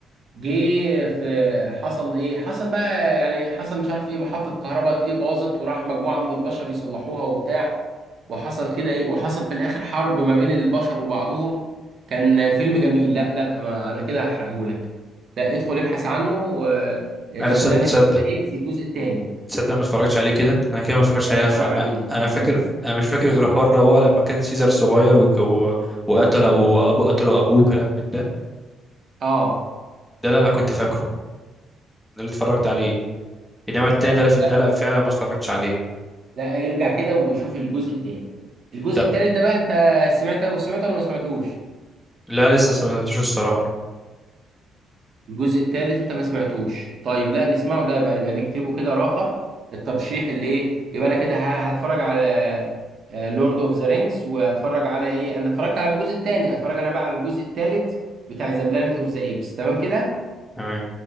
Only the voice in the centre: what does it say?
لا تصدق
تصدق
تصدق ما اتفرجتش عليه كده انا كده ما اتفرجتش
عليه
فانا
انا
فاكر انا مش فاكر غير الحوار اللي هو لما كان سيزر صغير و... و... وقتل ابو ابو قتله ابوه كلام من ده
ده اللي انا كنت فاكره ده اللي اتفرجت عليه انما التاني
ده
ده لا فعلا ما اتفرجتش عليه
طب
لا لسه سمعتوش الصراحه
مم.
تمام